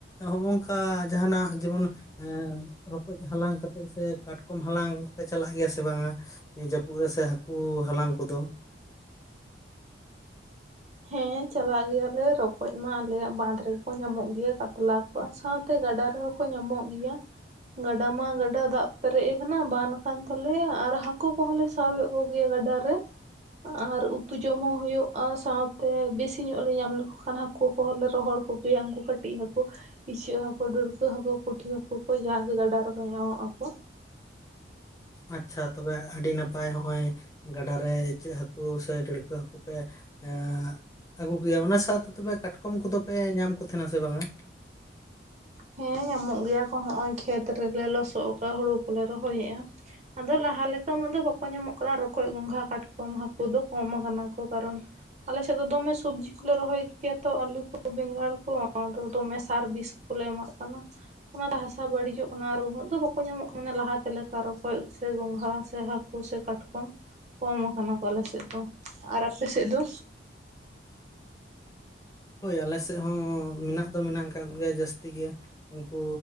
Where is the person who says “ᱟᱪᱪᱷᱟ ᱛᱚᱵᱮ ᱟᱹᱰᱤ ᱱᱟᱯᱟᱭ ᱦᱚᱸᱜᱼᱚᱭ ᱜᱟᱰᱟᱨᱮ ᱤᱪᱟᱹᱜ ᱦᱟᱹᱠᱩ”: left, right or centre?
Left